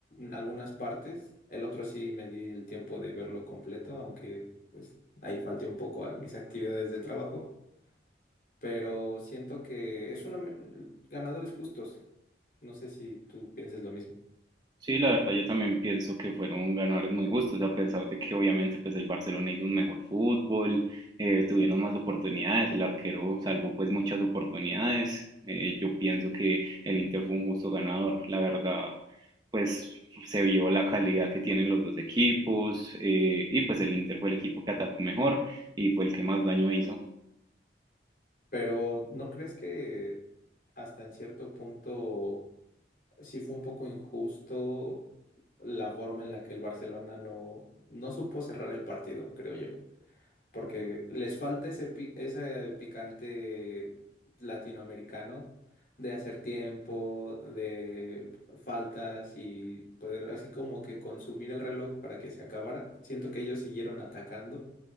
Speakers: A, on the left; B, on the right.
A: algunas partes. El otro sí me di el tiempo de verlo completo, aunque pues ahí falté un poco a mis actividades del trabajo. Pero siento que es una... me- ganadores justos. No sé si tú pienses lo mismo.
B: Sí, la verdad yo también pienso que fueron ganadores muy justos, a pesar de que obviamente pues el Barcelona hizo un mejor fútbol, eh, tuvieron más oportunidades, el arquero salvó pues muchas oportunidades. eh, yo pienso que el Inter fue un justo ganador, la verdad pues se vio la calidad que tienen los dos equipos eh, y pues el Inter fue el equipo que atacó mejor y fue el que más daño hizo.
A: Pero ¿no crees que hasta en cierto punto sí fue un poco injusto la forma en la que el Barcelona no, no supo cerrar el partido, creo yo? porque les falta ese, pi- ese picante latinoamericano de hacer tiempo, de faltas y poder así como que consumir el reloj para que se acabara. Siento que ellos siguieron atacando